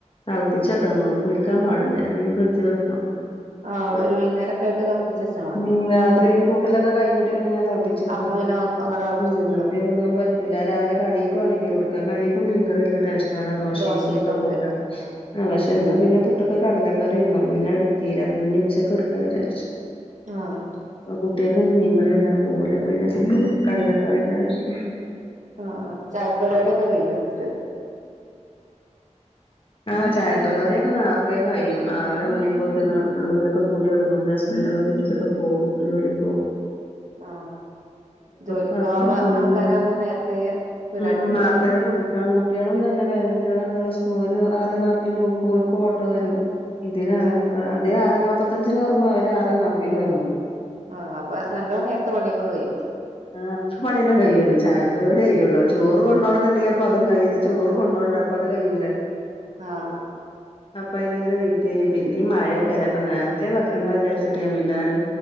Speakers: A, on the left; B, on the right.
A: തിളപ്പിച്ച് വെക്കണം എന്നുള്ളൂ പുളിക്കാൻ പാടില്ല അല്ലെങ്കിൽ ഫ്രിഡ്ജി വെക്കണം
B: ആഹ് ഒരു വൈന്നേരൊക്കായിട്ട് തെളപ്പിച്ച് വെച്ചാ മതി
A: ഉം രാത്രി
B: ആഹ് പിന്നെ
A: കൂട്ടലൊക്കെ കഴിഞ്ഞിട്ട് പിന്നെ ഞാൻ തെളപ്പിച്ചു വെക്കും
B: അപ്പൊ പിന്നെ ഒന്ന് തെളപ്പിച്ചെക്കാ
A: ഉം പിന്നെ ഒന്നും പറ്റൂല രാവിലെ കടീക്ക് വേണെങ്കിലും എടുക്കാം കടീക്കും മീൻകറീം നല്ലാം ടേസ്റ്റ് ദോശെക്കും
B: ദോശക്കൊക്കെ
A: പൂട്ട്കൊക്കെ
B: ആഹ്
A: ആ പക്ഷെ ഇന്ന് പിന്നെ പുട്ടൊക്കെ കടലക്കറിയാരുന്നു അപ്പൊ പിന്നെ എടുത്തീലാ അപ്പൊ പിന്നെ ഉച്ചക്ക് എടുക്കാൻ വിചാരിച്ചു
B: ആഹ്
A: അപ്പൊ കുട്ടിയെക്കൊന്നും മീൻകറിവല്ലാ പോവൂല അപ്പ പിന്നെ പുട്ടും കടലക്കറിയിണ്ടാക്കി
B: ആഹ് ആഹ് ചായ പരിപാടിയൊക്കെ കഴിഞ്ഞോ വന്നിട്ട്
A: ആഹ് ചായപരിപാടിയൊക്കെ നേരത്തെ കഴിയും. ആറരമണിയാവുമ്പോ പിന്ന ഇവിടക്ക കുടി തൊടങ്ങും എന്റെ ഹസ്ബന്റൊക്കെ കുടി <unintelligible> ട്ട് പോവും ജോലിക്ക് പോവും
B: ആഹ് ജോലിക്കോള്ള
A: പാക്കില് കൊണ്ടോവും
B: ആൾക്കാരാകുമ്പോ നേരത്തെ പരിപാടി
A: ഉം
B: വെക്കണം
A: അതെ കുടിക്കാൻ കുട്ടികളും തന്നെ വേറ കുട്ടികള് രണ്ടാളും സ്കൂളില് ആറ്നാപ്പയിന് ഓക്കും ഓൻക്കും ഓട്ടോ വരും ഇതിന് ആറേമുക്കാ
B: ആഹ്
A: അതേ ആറേ നാപ്പത്തഞ്ചിന് ഇറങ്ങും അവര് ആറെനാപ്പയിന് എറങ്ങും
B: ആഹ് അപ്പൊ നല്ലോ നേരത്തെ പണിയൊക്കെ കഴിയും
A: ആഹ് പണിയെല്ലാം കഴിയൊള്ളു ചായ പരിപാടി കഴിയൊള്ളൂ ചോറു കൊണ്ടോണംന്നുണ്ടെങ്കി അപ്പ അതും കയ്യും ചോറ് കൊണ്ടോണ്ട അപ്പത് കഴിയൂലെ
B: ആഹ്
A: അപ്പൊ അയിതങ്ങനെ വെയിറ്റെയ്യും പിന്നെ ഈ മഴയൊക്കെ അല്ലേ അപ്പ നേരത്തെ വക്കണ്ടാ വിചാരിച്ചിട്ട് ഞാൻ പിന്നാലും